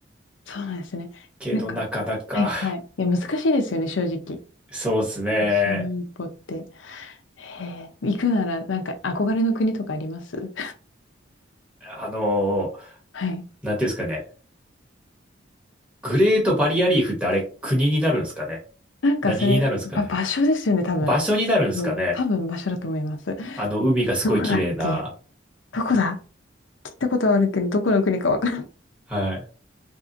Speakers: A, on the left; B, in the centre.
A: そうなんですね。
B: けど、
A: なんか、
B: なかなか。
A: はいはい。いや、難しいですよね、正直。
B: そうですね。
A: 最初の一歩って。へえ、行くなら、なんか、憧れの国とかあります
B: あの
A: <laughs> はい。
B: ー、なんていうんですかね。グレートバリアリーフってあれ、国になるんですかね。
A: なんか、
B: 何になるんですかね。
A: それ、ば、場所ですよね、多分。
B: 場所になるんですかね。
A: うん多分場所だと思います。
B: あの海がすごい綺麗な、
A: どこだっけどこだ聞いたことはあるけど、どこの国かわからん。
B: はい。